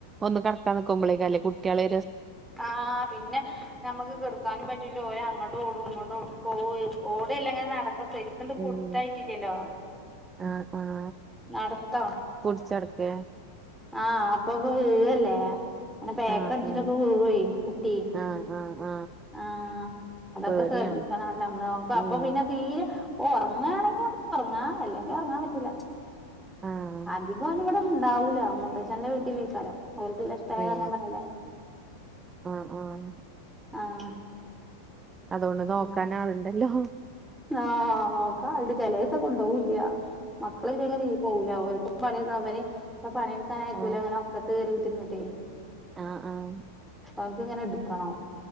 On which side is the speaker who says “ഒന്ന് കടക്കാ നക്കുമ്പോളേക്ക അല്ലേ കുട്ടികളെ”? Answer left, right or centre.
Right